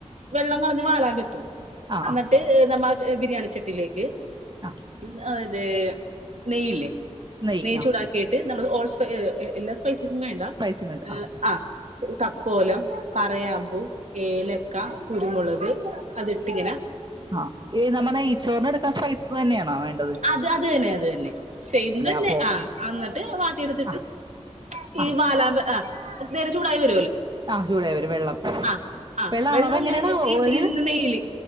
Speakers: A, on the right; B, on the right.
A: വെള്ളം കളഞ്ഞ് വാലാൻ വെക്കും
B: ആ
A: അന്നിട്ട്
B: ആ
A: നമ്മച്ച ബിരിയാണി ചട്ടിലേക്ക്
B: ആ
A: <unintelligible> ആ തെനെയ്യ് ല്ലേ
B: നെയ്യ്
A: നെയ്
B: ആ
A: ചൂടാക്കിയിട്ട് നമ്മൾ ഓൾ സ്പയേർ എ എല്ലാ പൈസസ് വേണ്ട
B: സ്പൈസിങ് ഉണ്ട്
A: ഏ ആ ഇത്തക്കോലം കറയാമ്പൂ ഏലക്ക കുരുമുളക് അത്ട്ടിങ്ങനെ
B: <unintelligible> അത് തന്നെയണ വേ
A: അത് അത് തന്നെ അത് തന്നെ സെയിം തന്നെ
B: അപ്പൊ ഓക്കെ
A: ആ ന്നിട്ട് വാട്ടിയെടുത്തിട്ട്
B: ആ ആ
A: ഈ വാലാമ്പ ആ നേരെ ച ഉൂടായി വ
B: ആ ചൂടായി വരും വെള്ളം
A: അഅ
B: വെള്ളം
A: വെള്ളല്ല
B: അളവ് എങ്ങനെയാണ്
A: ഈ
B: ഒരു
A: ഇ നെയ്യില്